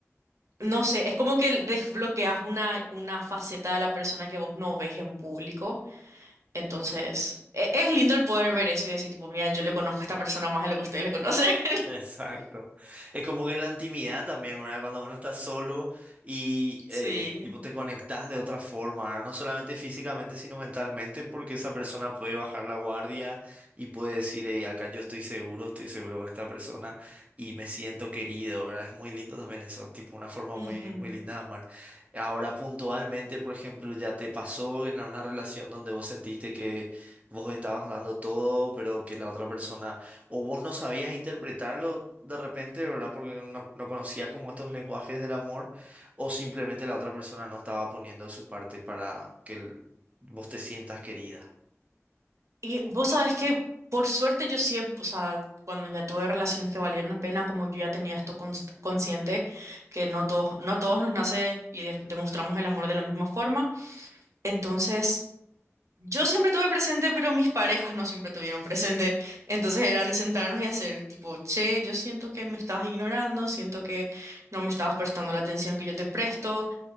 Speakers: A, on the right (about 70°); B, on the right (about 25°).
A: no sé, es como que desbloqueas una, una faceta de la persona que vos no ves en público, entonces e- es, lindo el poder ver eso y decir, tipo, mira, yo le conozco a esta persona más de lo que ustedes le conocen. <laughs>
B: Exacto. Es como que la intimidad también, ¿verdad? Cuando uno está solo y
A: Sí.
B: eh, tipo te conectas de otra forma, ¿verdad? No solamente físicamente, sino mentalmente, porque esa persona puede bajar la guardia y puede decir, "Ey, acá yo estoy seguro, estoy seguro con esta persona y me siento querido, ¿verdad? Es muy lindo también eso, tipo una forma muy,
A: Ujú.
B: muy linda de amar. Ahora, puntualmente, por ejemplo, ya te pasó en una relación donde vos sentiste que vos estabas dando todo, pero que la otra persona o vos no sabías interpretarlo de repente, ¿verdad? Porque no, no conocías como estos lenguajes del amor, o simplemente la otra persona no estaba poniendo de su parte para que el- vos te sientas querida.
A: Y vos sabés que, por suerte, yo siempre, o sea, cuando ya tuve relaciones que valieron la pena, como yo ya tenía esto cons- consciente, que no todos, no a todos nos nace y de- demostramos el amor de la misma forma. Entonces, yo siempre tuve presente, pero mis parejas no siempre tuvieron presente. Entonces era el sentarnos y hacer tipo, che, yo siento que me estabas ignorando, siento que no me estabas prestando la atención que yo te presto.